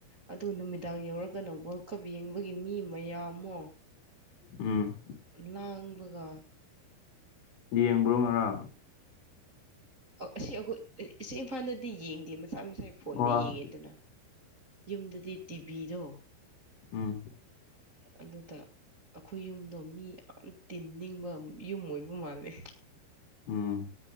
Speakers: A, on the right; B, on the left.
A: ꯑꯗꯨꯒ ꯅꯨꯃꯤꯗꯥꯡ ꯌꯧꯔꯒꯅ ꯋꯥꯔꯜ ꯀꯞ ꯌꯦꯡꯕꯒꯤ ꯃꯤ ꯃꯌꯥꯝꯃꯣ
B: ꯎꯝ
A: ꯂꯥꯡꯕꯒ
B: ꯌꯦꯡꯕ꯭ꯔꯣ ꯉꯔꯥꯡ
A: ꯑꯁꯤ ꯑꯩꯈꯣꯏ ꯁꯤ ꯏꯝꯐꯥꯜꯗꯗꯤ ꯌꯦꯡꯗꯦ ꯃꯁꯥ ꯃꯁꯥꯒꯤ ꯐꯣꯟꯅ
B: ꯑꯣ
A: ꯌꯦꯡꯉꯦꯗꯅ ꯌꯨꯝꯗꯗꯤ ꯇꯤꯚꯤꯗꯣ
B: ꯎꯝ
A: ꯑꯗꯨꯗ ꯑꯩꯈꯣꯏ ꯌꯨꯝꯗꯣ ꯃꯤ ꯌꯥꯝ ꯇꯤꯟꯅꯤꯡꯕ ꯌꯨꯝ ꯑꯣꯏꯕ ꯃꯥꯂꯦ
B: ꯎꯝ